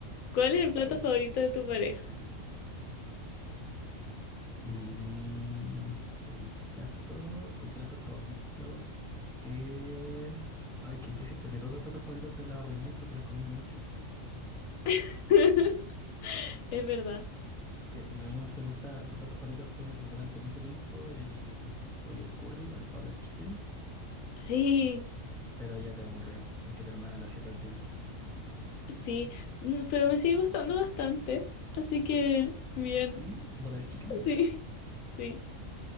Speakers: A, on the left; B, in the centre.
A: ¿Cuál es el plato
B: Tú-
A: favorito de tu pareja?
B: Eh, el plato, tu plato favorito es... Ay, qué difícil porque todos tus platos favoritos te los arruináis porque los comí mucho.
A: <laughs> Es verdad.
B: Que en algún momento te gusta, tu plato favorito fue por durante mucho tiempo el pollo al curry o el butter chicken,
A: Sí.
B: pero ya te aburrió porque tu hermana lo hacía todo el tiempo.
A: Sí, mm, pero me sigue gustando bastante. Así que, bien.
B: ¿Sí? Butter chicken, ya.
A: Sí, <laughs> sí.